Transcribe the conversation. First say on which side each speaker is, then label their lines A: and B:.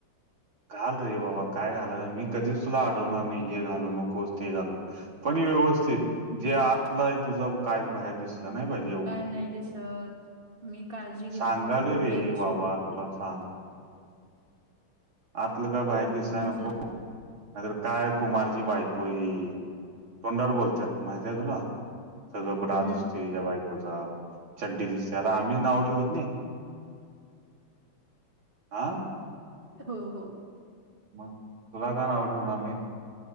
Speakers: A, on the right; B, on the right.
A: घाल रे बाबा काय घाला मी कधीच तुला अडवणार नाही हे घालू नकोस ते घालून पण व्यवस्थित जे आतलंय तुझं कायच बाहेर दिसलं नाही बाहिजे
B: काय नाही दिसत मी काळजी घेतो
A: सांगालोय रे
B: नाही दिसणार
A: बाबा तुला सांग आतलं का बाहेर
B: हो
A: दिससाय
B: हो समजलं.
A: न खूप नाहीतर काय कुमारचीी बायकोई तोंडार बोलतात माहतीय तुला सज बरा
B: हम्म,
A: दिसतय जेव्हा ऐकोचा चड्डी दिसते त्या आत
B: नाही
A: आम्हीच नाव ठेवत नाही हं
B: हो हो
A: मग तुला का नाव ठेवणार मी